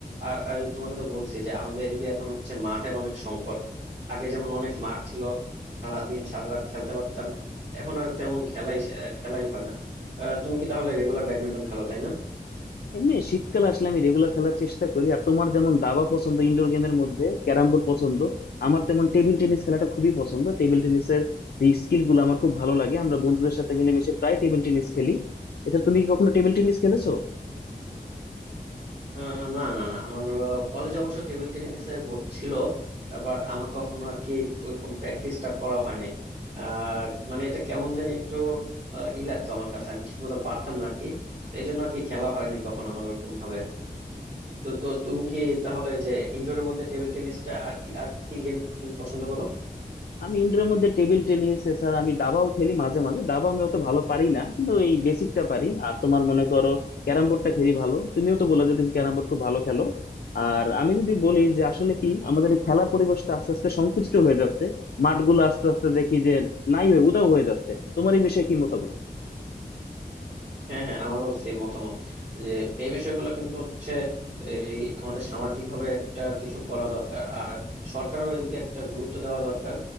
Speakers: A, on the right; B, on the left.
A: আর আর তোমাকে তো বলছি যে আমাদের এদিকে এখন হচ্ছে মাঠের অনেক সংকট আগে যেমন অনেক মাঠ ছিল সারাদিন সারা রাত খেলতে পারতাম এখন আর তেমন খেলাই সে- খেলাই হয় না আহ, তুমি কি তাহলে রেগুলার ব্যাডমিন্টন খেলো তাই না
B: এমনি শীতকালে আসলে আমি রেগুলার খেলার চেষ্টা করি আর তোমার যেমন দাবা পছন্দ ইনডোর গেমের মধ্যে ক্যারাম বোর্ড পছন্দ আমার তেমন টেবিল টেনিস খেলাটা খুবই পছন্দ টেবিল টেনিসের যে স্কিল গুলো আমার খুব ভালো লাগে আমরা বন্ধুদের সাথে মিলেমিশে প্রায় টেবিল টেনিস খেলি এটা তুমি কি কখনো টেবিল টেনিস খেলেছো
A: আহ, না না না আমার কলেজে অবশ্য টেবিল টেনিসের বোর্ড ছিল বাট আমার কখনো আর কি ওরকম প্র্যাকটিসটা করা হয় নাই আহ, মানে এটা কেমন জানি একটু আহ, ই লাগতো আমার কাছে আমি ঠিক মতো পারতাম না আর কি এই জন্য আর কি খেলা হয়নি কখনো আমার ওরকম ভাবে তো তো তুমি কি তাহলে এই যে ইনডোরের মধ্যে টেবিল টেনিসটা আর কি আর কি কি গেম তুমি পছন্দ করো
B: আমি ইনডোরের মধ্যে টেবিল টেনিস এছাড়া আমি দাবাও খেলি মাঝে মাঝে দাবা আমি অত ভালো পারি না কিন্তু এই বেসিকটা পারি আর তোমার মনে করো ক্যারাম বোর্ডটা খেলি ভালো তুমিও তো বলে যে তুমি ক্যারাম বোর্ড খুব ভালো খেলো আর আমি যদি বলি যে আসলে কি আমাদের এই খেলার পরিবেশটা আস্তে আস্তে সংকুচিত হয়ে যাচ্ছে মাঠগুলো আস্তে আস্তে দেখি যে নাই হয়ে উধাও হয়ে যাচ্ছে তোমার এই বিষয়ে কি মতামত
A: হ্যাঁ হ্যাঁ আমারও সেম মতামত যে এই বিষয়গুলো কিন্তু হচ্ছে এই আমাদের সামাজিক ভাবে একটা কিছু করা দরকার আর সরকারের এদিকে একটা গুরুত্ব দেওয়া দরকার